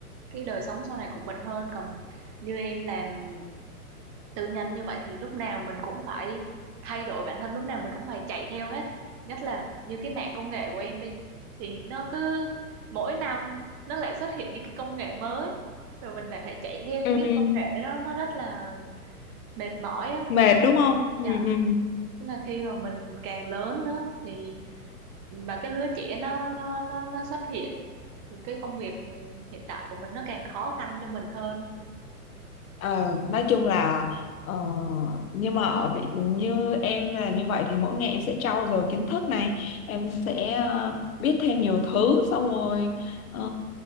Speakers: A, on the right (about 25°); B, on the left (about 65°).
A: cái đời sống sau này của mình hơn còn như em làm tư nhân như vậy thì lúc nào mình cũng phải thay đổi bản thân lúc nào mình cũng phải chạy theo hết nhất là như cái mạng công nghệ của em đi thì nó cứ mỗi năm nó lại xuất hiện những cái công nghệ mới rồi mình lại phải chạy theo những
B: ừ
A: cái công nghệ đó nó rất là mệt mỏi á
B: mệt
A: nó cũng
B: đúng không ừ
A: dạ
B: ừ
A: Tức là khi mà mình càng lớn nữa thì mà cái lứa trẻ nó nó nó nó xuất hiện thì cái công việc hiện tại của mình nó càng khó khăn cho mình hơn
B: Ờ, nói chung là ờ, nhưng mà ở vị như em là như vậy thì mỗi ngày em sẽ trau dồi kiến thức này em sẽ ờ, biết thêm nhiều thứ xong rồi ờ,